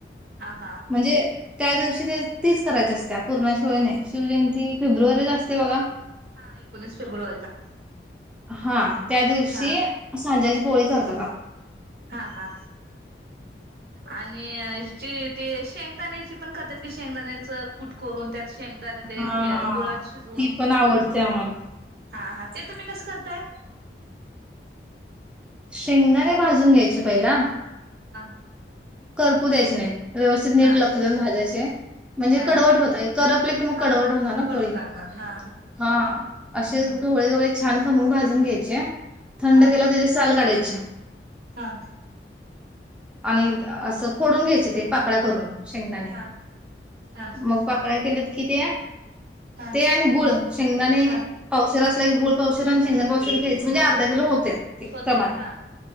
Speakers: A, on the right; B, in the centre.
A: ह हा.
B: म्हणजे त्या दिवशी ते. तिच करायची असत्या. त्याशिवाय नाही शिवजयंती. ती फेब्रुवारीला असते बघा
A: हा एकोणीस फेब्रुवारीला
B: हा त्या दिवशी
A: हा
B: सांज्याची पोळी चार <inaudible>
A: हा हा आणि जी ते शेंगदाण्याची पण करत्यात की शेंगदाण्याच कुट करून त्यात. शेंगदाणं ते
B: हा
A: हे गुळात शिजवून
B: ती पण आवडते आम्हाला.
A: हा हा. ते तुम्ही कसं करताय.
B: शेंगदाणे भाजून घ्यायचे पहिला.
A: <unintelligible>
B: करपू द्यायचे नाहीत. व्यवस्थित नीट
A: हा
B: लक्ष देऊन भाजायचे म्हणजे
A: हा
B: कडवट होतय करपले की मग
A: हा
B: कडवट होणार ना
A: कडू
B: पोळी
A: लागणार हा
B: हा असेच
A: हम्म
B: घोवळे घोवळे छा छान खमंग भाजून घ्यायचे. थंड
A: हा
B: केला त्याची साल काढायची. अच्छा.
A: हा.
B: आणि. असं फोडून घ्याचीत. ते पाकळ्या करून शेंगदाणे
A: हा हा
B: मग पाकळ्या केल्यात की त्या
A: हा
B: ते आणि गुळ शेंगदाणे
A: हा
B: पावशेर असलं की गुळ पावशेर आणि शेंगदाण पावशेर घ्यायचं म्हणजे अर्धा किलो होतय. ते
A: होतय
B: समान
A: हा